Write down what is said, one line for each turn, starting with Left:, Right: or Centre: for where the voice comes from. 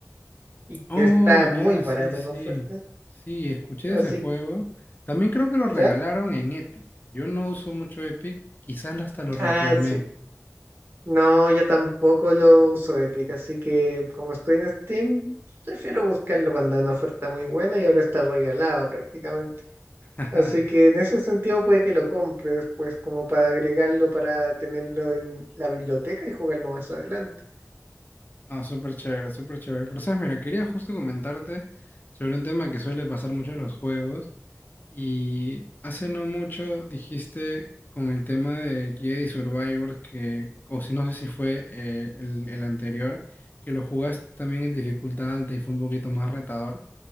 Right: y
Left: Oh,
Right: que está
Left: ya,
Right: muy barato
Left: sí, sí.
Right: en oferta.
Left: Sí, escuché
Right: Así,
Left: ese juego. También creo que lo
Right: ¿ya?
Left: regalaron en Epic. Yo no uso mucho Epic, quizás hasta lo reclamé.
Right: Ah, sí. No, yo tampoco lo uso Epic, así que como estoy en Steam, prefiero buscarlo cuando hay una oferta muy buena y ahora está regalado prácticamente.
Left: <laughs>
Right: Así que en ese sentido puede que lo compres, pues como para agregarlo, para tenerlo en la biblioteca y jugarlo más adelante.
Left: No, súper chévere, súper chévere. Pero sabes, mira, quería justo comentarte sobre un tema que suele pasar mucho en los juegos. Y hace no mucho dijiste con el tema de Jedi Survivor que, o si no sé si fue eh, el, el anterior, que lo jugaste también en dificultad alta y fue un poquito más retador.